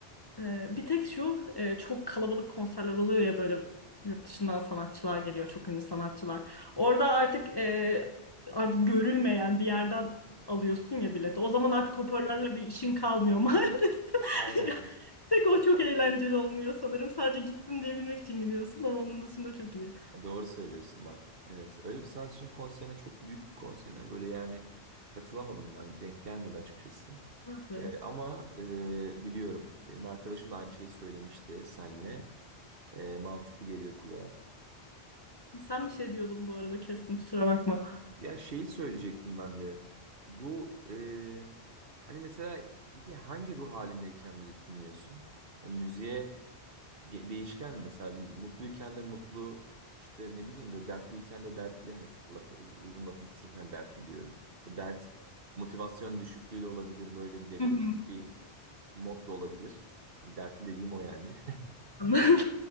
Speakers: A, on the left; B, on the right.
A: Ee, bir tek şu e, çok kalabalık konserler oluyor ya böyle yurt dışından sanatçılar geliyor çok ünlü sanatçılar. Orada artık e, artık görülmeyen bir yerden alıyorsun ya bileti. O zaman artık hoparlörle bir işin kalmıyor <laughs> maalesef.
B: Aynen.
A: Ya, Tek o çok eğlenceli olmuyor sanırım. Sadece gittim diyebilmek için gidiyorsun ama onun dışında çok iyi.
B: Doğru söylüyorsun bak. Evet. Öyle bir sanatçının konserine çok büyük bir konserine böyle yani katılamadım ben. Denk gelmedi açıkçası.
A: Ah be.
B: Ee, ama e, biliyorum. Benim arkadaşım da aynı şeyi söylemişti senle. E, mantıklı geliyor kulağa.
A: Sen bir şey diyordun bu arada kestim kusura bakma.
B: Ya şeyi söyleyecektim ben de. Bu eee, hani mesela peki hangi ruh halindeyken müzik dinliyorsun? Ya müziğe ge- değişken mi? Mesela mutluyken de mutlu işte ne bileyim böyle dertliyken de dertli hani lafı, uzun lafın kısası hani dertli diyorum. Bu dert motivasyon düşüklüğü de olabilir böyle bir depresif
A: <laughs>
B: bir mod da olabilir. Yani dertli dediğim o yani.
A: Anladım.